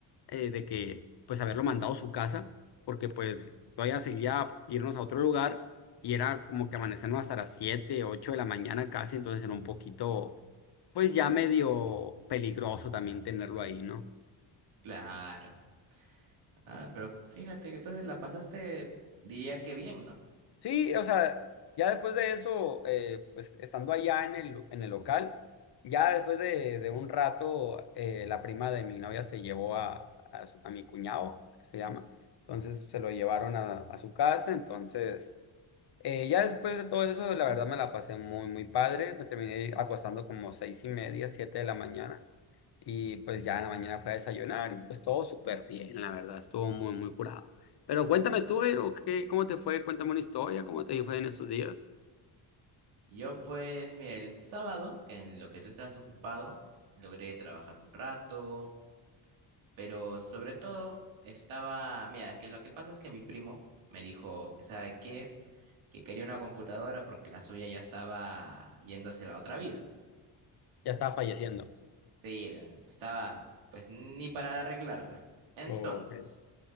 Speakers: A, on the left; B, on the right.
A: eh, de que pues haberlo mandado a su casa, porque pues todavía seguía irnos a otro lugar y era como que amanecernos hasta las 7 8 de la mañana casi, entonces era un poquito pues ya medio peligroso también tenerlo ahí, ¿no?
B: Claro. Ah, pero fíjate que entonces la pasaste, diría que bien, ¿no?
A: Sí, o sea, ya después de eso, eh, pues estando allá en el, en el local, ya después de, de un rato, eh, la prima de mi novia se llevó a, a, su- a mi cuñado, que se llama, entonces se lo llevaron a, a su casa, entonces Eh, ya después de todo eso, la verdad me la pasé muy, muy padre. Me terminé acostando como seis y media, siete de la mañana. Y pues ya en la mañana fue a desayunar y pues todo súper bien, la verdad. Estuvo muy, muy curado. Pero cuéntame tú, Eiro, ¿qué, cómo te fue? Cuéntame una historia, ¿cómo te fue en estos días?
B: Yo pues, mira, el sábado, que en lo que tú estabas ocupado, logré trabajar un rato, pero sobre todo estaba, mira, es que lo que pasa es que mi primo me dijo que sabe qué, que quería una computadora porque la suya ya estaba yéndose a la otra vida.
A: Ya estaba falleciendo.
B: Sí, de- estaba pues ni para arreglarla. Entonces...
A: Ok.